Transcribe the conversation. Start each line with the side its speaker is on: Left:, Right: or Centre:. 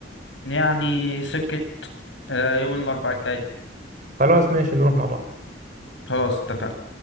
Left: يعني سكة آه، يوم الاربعاء الجاي
Right: خلاص ماشي نروح مع بعض
Left: خلاص اتفقنا